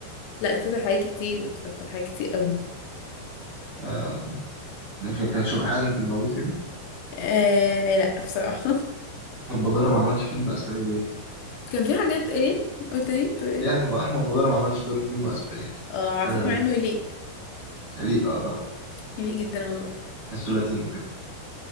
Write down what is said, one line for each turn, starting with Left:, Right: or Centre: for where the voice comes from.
Left: لا اتفرج على حاجات كتير اتفرجت على حاجات كتير قوي
Right: آه ماشي، كان شيخ حازم كان موجود فيهم
Left: آه لا بصراحه
Right: احمد بدارة ما عملش فيلم اسباني ليه؟
Left: كان في حاجات ايه قلت ايه بتقول ايه
Right: ليه احمد احمد بدارة ما عملش دور في فيلم اسباني ليه؟
Left: اه على
Right: حاجة
Left: فكرة
Right: غريبة
Left: مع انه
Right: جدا
Left: يليق
Right: يعني ليه اه طبعا
Left: يليق جدا والله
Right: بس لاتينو كده